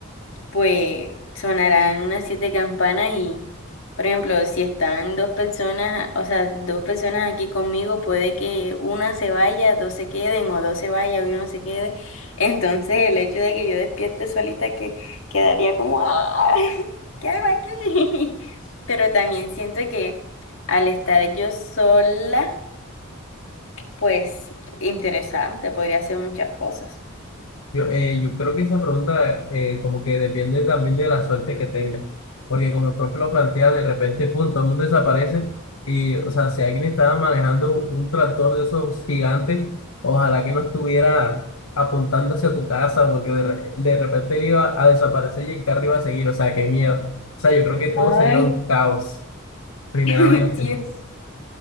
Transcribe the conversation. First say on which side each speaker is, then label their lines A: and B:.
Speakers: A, on the left (about 65°); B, on the left (about 80°).
A: pues sonarán unas siete campanas y, por ejemplo, si están dos personas, o sea, dos personas aquí conmigo, puede que una se vaya, dos se queden, o dos se vaya y uno se quede. <laughs> Entonces, el hecho de que yo despierte solita que quedaría como, ¡ah! <laughs> ¿Qué hago aquí? <laughs> Pero también siento que al estar yo sola, pues interesante, podría hacer muchas cosas.
B: Yo, eh, yo creo que esa pregunta eh, como que depende también de la suerte que tenga, porque como el profe lo plantea, de repente, pum, todo el mundo desaparece y, o sea, si alguien estaba manejando un tractor de esos gigantes, ojalá que no estuviera apuntando hacia tu casa, porque de, re- de repente él iba a desaparecer y el carro iba a seguir, o sea, qué miedo. O sea, yo creo que todo
A: Ay,
B: sería un caos, primeramente.
A: <laughs> Dios.